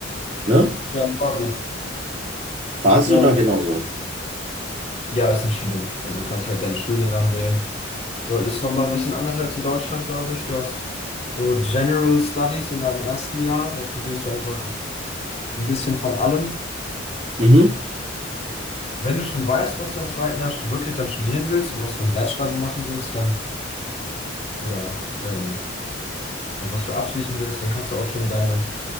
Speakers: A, on the right; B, on the left.
A: ne?
B: ja, quasi.
A: Quasi
B: Genau.
A: oder genauso?
B: Ja, ist ein Studium. Also du kannst halt deinen Studiengang wählen. Du ist nochmal ein bisschen anders als in Deutschland, glaube ich. Du hast so General Studies in deinem ersten Jahr. Da studierst du einfach ein bisschen von allem.
A: Mhm.
B: Wenn du schon weißt, was du im zweiten Jahr stu- wirklich dann studieren willst und was für einen Bachelor du machen willst, dann oder ähm, was du abschließen willst, dann kannst du auch schon deine